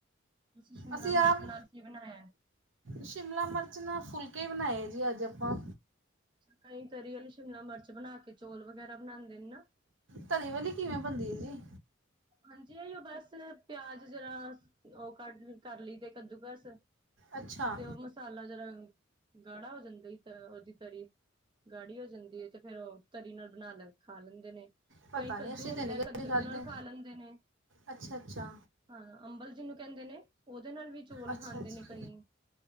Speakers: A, on the right; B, on the right.
A: ਤੁਸੀਂ ਸ਼ਿਮਲਾ
B: ਅਸੀਂ
A: ਮਿਰਚ
B: ਆਪ
A: ਨਾਲ ਕੀ ਬਣਾਇਆ।
B: ਸ਼ਿਮਲਾ। ਮਿਰਚ। ਨਾ। ਫੁਲਕੇ। ਬਣਾਏ। ਜੀ। ਅੱਜ। ਆਪਾਂ।
A: ਕਈ। ਤਰੀ। ਵਾਲੀ। ਸ਼ਿਮਲਾ। ਮਿਰਚ। ਬਣਾ। ਕੇ। ਚੋਲ। ਵਗੈਰਾ। ਬਣਾਉਂਦੇ। ਨੇ। ਨਾ।
B: ਤਰੀ। ਵਾਲੀ। ਕਿਵੇਂ। ਬਣਦੀ। ਜੀ।
A: ਹਾਂਜੀ। ਆ। ਉਹ। ਬਸ। ਪਿਆਜ। ਜਰਾ। ਉਹ। ਕੱਢ। ਕਰ। ਲਈ। ਤੇ। ਕੱਦੂ। ਕਸ। ਤੇ।
B: ਅੱਛਾ
A: ਉਹ। ਮਸਾਲਾ। ਜਰਾ। ਗਾੜਾ। ਹੋ। ਜਾਂਦਾ। ਸੀ। ਤਾਂ। ਉਹਦੀ। ਤਰੀ। ਗਾੜੀ। ਹੋ। ਜਾਂਦੀ। ਹੈ। ਤੇ। ਫੇਰ। ਉਹ। ਤਰੀ। ਨਾਲ। ਬਣਾ। ਲੈਂਦੇ। ਖਾ ਲੈਂਦੇ ਨੇ
B: ਪਤਾ
A: ਕਈ ਕੱਦੂ
B: ਨਹੀਂ ਅਸੀਂ
A: ਹੁੰਦਾ
B: ਤਾਂ ਨਹੀਂ ਕਦੀ
A: ਕੱਦੂ
B: ਖਾਧੇ
A: ਨਾਲ ਖਾ ਲੈਂਦੇ ਨੇ।
B: ਅੱਛਾ ਅੱਛਾ।
A: ਹਾਂ। ਅੰਬਲ ਜਿਹਨੂੰ ਕਹਿੰਦੇ ਨੇ ਉਹਦੇ ਨਾਲ ਵੀ ਚੌਲ
B: ਅੱਛਾ
A: ਖਾਂਦੇ
B: ਅੱਛਾ
A: ਨੇ ਕਈ।